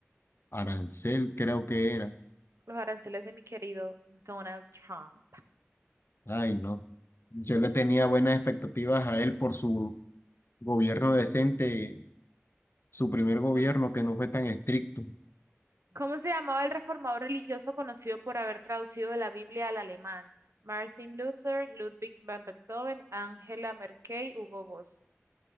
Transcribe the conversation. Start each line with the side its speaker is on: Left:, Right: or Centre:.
Left: Arancel, creo que era.
Right: Los aranceles de mi querido Donald Trump.
Left: Ay, no. Yo le tenía buenas expectativas a él por su gobierno decente su primer gobierno
Right: Hmm.
Left: que no fue tan estricto.
Right: ¿Cómo se llamaba el reformador religioso conocido por haber traducido de la Biblia al alemán? Martin Luther, Ludwig van Beethoven, Angela Merkel, Hugo Boss.